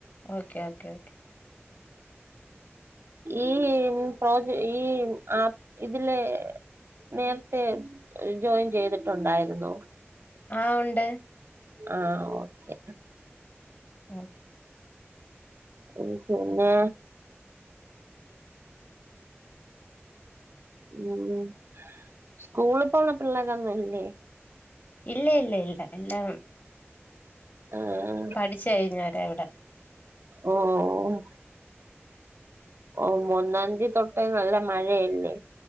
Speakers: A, on the left (about 45°); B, on the right (about 65°).
A: okay okay okay
B: ഈ പ്രോജ ഈ ആപ്പ് ഇതിലെ നേരത്തെ ജോയിൻ ചെയ്തിട്ടുണ്ടായിരുന്നോ
A: ആഹ് ഉണ്ട്
B: ആഹ് ഓക്കെ
A: ആഹ്
B: ഉം പിന്നെ ഉം സ്കൂളിൽ പോണ പിള്ളേരൊന്നുമില്ലേ
A: ഇല്ല ഇല്ല ഇല്ല എല്ലാം
B: ആഹ്
A: പഠിച്ച് കഴിഞ്ഞോരാ ഇവിടെ
B: ഓ ഉം ഓ ഒന്നാം തിയതി തൊട്ടേ നല്ല മഴയല്ലേ